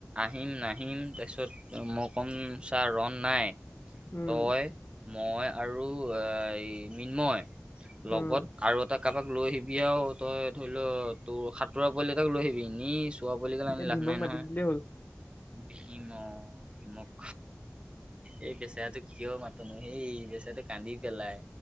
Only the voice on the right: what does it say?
আহিম নাহিম তাৰপিছত মই কম চাৰ ৰন নাই।
তই মই আৰু এ মিন্ময় লগত
আৰু এটা কাৰোবাক লৈ আহিবি আৰুও তই ধৰি ল তোৰ সাঁতোৰা পোৱালি এটাক লৈ আহিবি নি পোৱা বুলি গ'লে আমি
লাভ
নাই
নহয়
ভীম অ' ভীমক। এই বেচাৰটো কিয় মাতনো সেই বেচৰাটো কান্দি পেলাই।